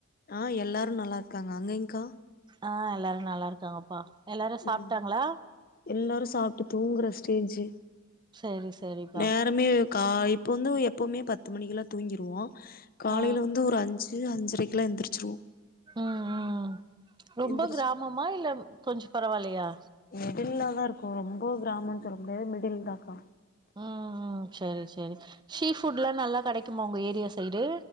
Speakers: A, on the left (about 40°); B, on the right (about 20°).
A: ஆ எல்லாரு நல்லா இருக்காங்க அங்கிங்க்கா
B: ஆ எல்லாரு நல்லா இருக்காங்கப்பா எல்லாரு சாப்ட்டாங்களா
A: ம் எல்லாரு சாப்ட்டு தூங்குற ஸ்டேஜு
B: செரி செரிப்பா
A: நேரமே கா இப்போ வந்து எப்பவுமே பத்து மணிக்கெல்லா தூங்கிடுவோ காலையில
B: ஆ
A: வந்து ஒரு அஞ்சு இல்ல அஞ்சரைக்குல்லா எந்திரிச்சிருவோ
B: ம் ம் ரொம்ப
A: எந்திரிச்சி
B: கிராமமா இல்ல கொஞ்சோ பரவாயில்லையா
A: மிடில்லாதா இருக்கு ரொம்ப கிராமம் சொல்ல முடியாது மிடில் தாக்கா
B: ம் ம் செரி செரி ஷீஃபுட்ல்லா நல்லா கெடைக்குமா உங்க ஏரியா சைடு